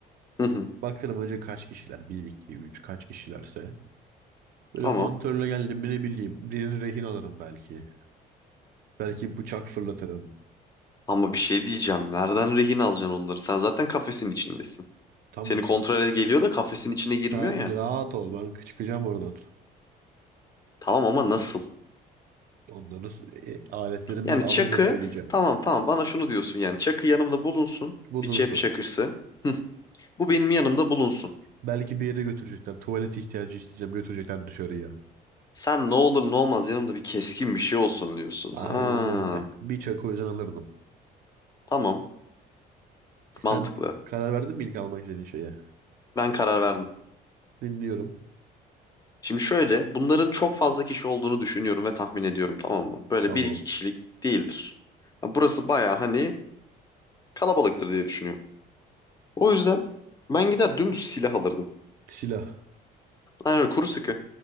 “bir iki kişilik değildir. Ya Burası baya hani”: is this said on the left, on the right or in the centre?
Left